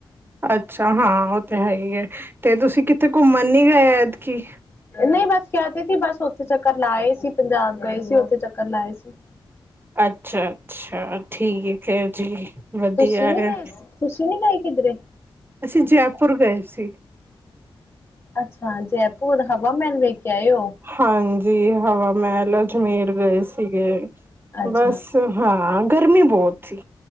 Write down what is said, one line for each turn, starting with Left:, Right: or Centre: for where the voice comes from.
Right: ਅੱਛਾ ਹਾਂ ਉਹ ਤਾਂ ਹੈ ਹੀ ਹੈ, ਤੇ ਤੁਸੀਂ ਕਿੱਥੇ ਘੁੰਮਣ ਨੀ ਗਏ ਐਦਕੀ?
Left: ਨਹੀਂ ਬਸ ਕੇਹਾ ਤੇ ਸੀ, ਬਸ ਉੱਥੇ ਚੱਕਰ ਲਾਏ ਸੀ ਪੰਜਾਬ ਗਏ ਸੀ ਉੱਥੇ ਚੱਕਰ ਲਾਏ ਸੀ।
Right: ਅੱਛਾ ਅੱਛਾ। ਠੀਕ ਹੈ ਜੀ ਵਧੀਆ
Left: ਤੁਸੀਂ ਨੀ
Right: ਹੈ।
Left: ਗਏ ਤੁਸੀਂ ਨੀ ਗਏ ਕਿਧਰੇ
Right: ਅਸੀਂ ਜੈਪੁਰ ਗਏ ਸੀ।
Left: ਅੱਛਾ ਜੈਪੁਰ ਹਵਾ ਮਹਿਲ ਵੇਖ ਕੇ ਆਏ ਓ।
Right: ਹਾਂਜੀ ਹਵਾ ਮਹਿਲ ਅਜਮੇਰ ਗਏ ਸੀਗੇ।
Left: ਅੱਛਾ
Right: ਬਸ
Left: ਅੱਛਾ
Right: ਹਾਂ ਗਰਮੀ ਬਹੁਤ ਸੀ।